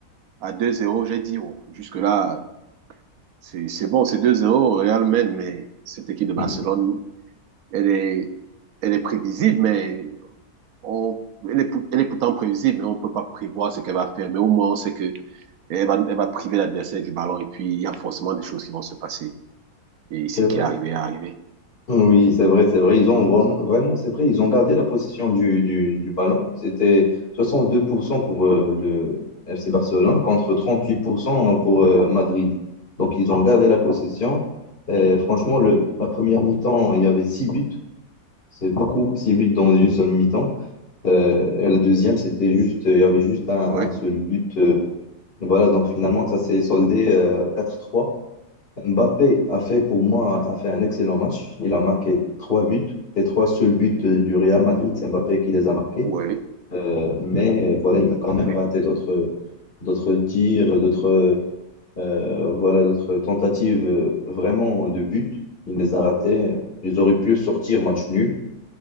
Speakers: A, on the right; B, on the left.
A: à deux zéro. J'ai dit, oh, jusque-là, c'est c'est bon, c'est deux zéro. le Real mène, mais cette équipe de
B: Mhm.
A: Barcelone, elle est elle est prévisible, mais on- elle est, elle est pourtant prévisible, mais on ne peut pas prévoir ce qu'elle va faire. Mais au moins, on sait que elle va, elle va priver l'adversaire du ballon et puis il y a forcément des choses qui vont se passer. Et ce
B: C'est
A: qui
B: vrai.
A: est arrivé est arrivé.
B: Oui, c'est vrai, c'est vrai. Ils ont vraiment, vraiment, c'est vrai, ils ont gardé la possession du, du, du ballon. C'était 62% pour cent pour euh, le FC Barcelone contre 38% pour cent pour euh, Madrid. Donc, ils ont gardé la possession. Et franchement, le, la première mi-temps, il y avait 6 buts. C'est beaucoup, 6 buts dans une seule mi-temps. Euh, et la deuxième, c'était juste, il y avait juste un,
A: Oui,
B: un seul but. Euh, voilà, donc finalement, ça s'est soldé euh, 4-3. Mbappé a fait pour moi a fait un excellent match. Il a marqué trois buts. Les trois seuls buts de- du Real Madrid, c'est Mbappé qui les a marqués.
A: oui,
B: Euh, mais euh, voilà, il a quand même
A: oui.
B: raté d'autres d'autres tirs, d'autres euh, voilà, d'autres tentatives euh, vraiment de but. Il les a ratés. Ils auraient pu sortir match nul.